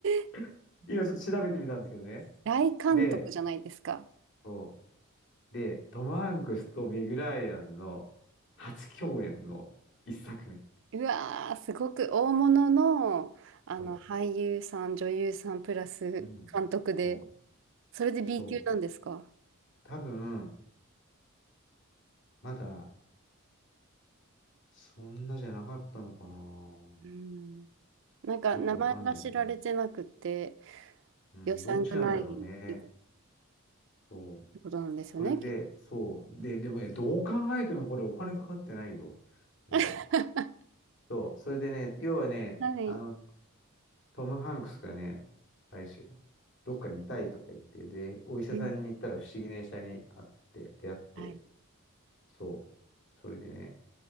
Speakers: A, on the right (about 60°); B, on the left (about 55°).
A: ー、
B: <laughs> 今ちょっと調べてみたんですけどね。
A: 大監督じゃないですか。
B: で、そう。で、トム・ハンクスとメグ・ライアンの初共演の一作目。
A: うわー、すごく大物の、あの俳優さん、
B: そ
A: 女優さんプラス監督で、
B: う。うん。そ
A: それで
B: う。
A: B
B: そう。
A: 級なんですか
B: 多分、まだ、そんなじゃなかったのかな。
A: うん。なんか名前が知られてなくて
B: よくわかんないけどね。うん、
A: 予算がないって
B: どっちなんだろうね。そう。
A: ことなんですよね、
B: それで、
A: きっと。
B: そう。で、でもね、どう考えてもこれお金かかってないよ。うん。
A: <laughs>
B: そう、それでね、要はね、
A: はい。
B: あの、トム・ハンクスがね、あれですよ、どっか痛いとか言って、で、お医者さんに行ったら不思議な医者に会って、
A: うん。
B: 出会って、
A: はい。
B: そう、それでね、